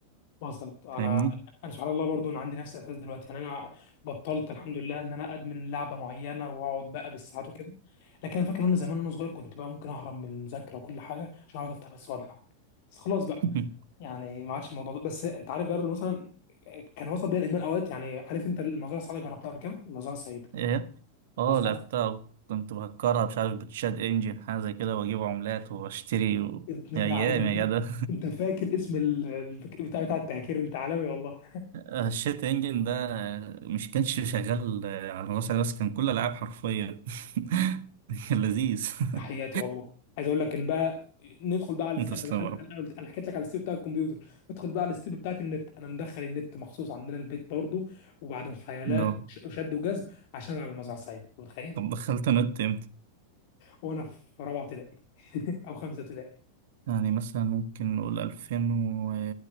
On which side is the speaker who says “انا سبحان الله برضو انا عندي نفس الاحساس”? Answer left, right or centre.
Left